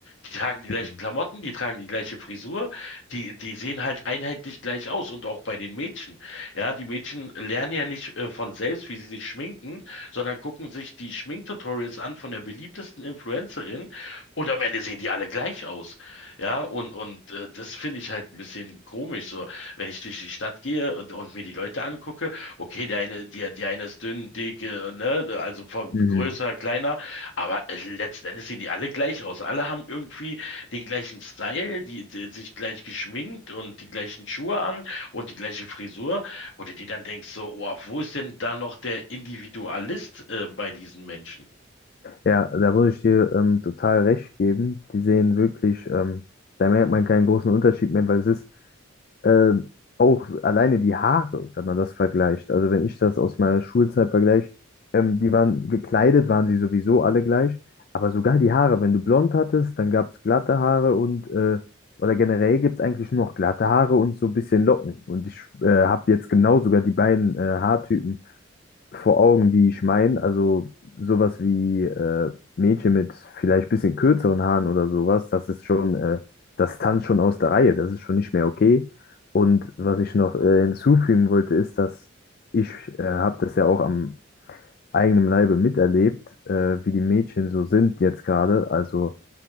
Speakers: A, on the left; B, on the left.
A: Die tragen die
B: Mhm.
A: gleichen Klamotten, die tragen die gleiche Frisur, die, die sehen halt einheitlich gleich aus und auch bei den Mädchen. Ja, die Mädchen lernen ja nicht äh, von selbst, wie sie sich schminken, sondern gucken sich die Schminktutorials an von der beliebtesten Influencerin und am Ende sehen die alle gleich aus. Ja, und, und äh, das finde ich halt ein bisschen komisch, so, wenn ich durch die Stadt gehe und, und mir die Leute angucke okay, der eine, der, der eine ist dünn, dick, äh, ne, also von
B: Mhm.
A: größer, kleiner, aber äh, letzten Endes sehen die alle gleich aus. Alle haben irgendwie den gleichen Style, die, die sich gleich geschminkt und die gleichen Schuhe an und die gleiche Frisur, wo du dir dann denkst, so, oh, wo ist denn da noch der Individualist äh, bei diesen Menschen?
B: Ja, da würde ich dir ähm, total recht geben. Die sehen wirklich, ähm, da merkt man keinen großen Unterschied mehr, weil es ist ähm, auch alleine die Haare, wenn man das vergleicht. Also wenn ich das aus meiner Schulzeit vergleiche, ähm, die waren gekleidet, waren sie sowieso alle gleich, aber sogar die Haare, wenn du blond hattest, dann gab es glatte Haare und äh, oder generell gibt es eigentlich nur noch glatte Haare und so ein bisschen Locken. Und ich äh, habe jetzt genau sogar die beiden äh, Haartypen. vor Augen, die ich meine. Also sowas wie äh, Mädchen mit vielleicht bisschen kürzeren Haaren oder sowas, das ist schon, äh, das tanzt schon aus der Reihe, das ist schon nicht mehr okay. Und was ich noch äh, hinzufügen wollte, ist, dass ich äh, habe das ja auch am eigenen Leibe miterlebt, äh, wie die Mädchen so sind jetzt gerade. Also